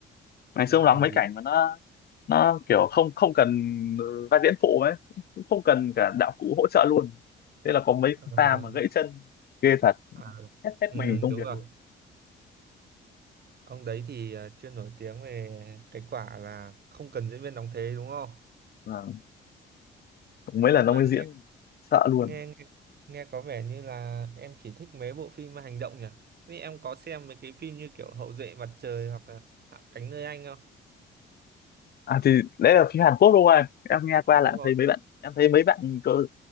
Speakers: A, on the left; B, on the right.
A: ngày xưa
B: cái
A: ông đóng
B: cảnh
A: mấy
B: gì
A: cảnh mà nó nó kiểu không không cần vai diễn phụ ấy cũng không cần cả đạo cụ hỗ trợ luôn thế là có mấy
B: ờ,
A: pha mà gãy chân ghê thật
B: à,
A: hết hết
B: ừ,
A: mình công
B: đúng
A: việc
B: rồi
A: luôn
B: ông đấy thì à, chuyên nổi tiếng về cái quả là không cần diễn viên đóng thế đúng không
A: à, mấy
B: nhưng
A: lần ông
B: mà
A: ấy
B: nghe
A: diễn sợ luôn
B: nghe nghe, nghe có vẻ như là em chỉ thích mấy bộ phim hành động nhỉ vì em có xem mấy cái phim như kiểu Hậu duệ mặt trời hoặc là Hạ cánh nơi anh không
A: à thì đấy là phim Hàn Quốc đúng không em em nghe qua
B: đúng
A: là em
B: rồi
A: thấy mấy bạn em thấy mấy bạn của,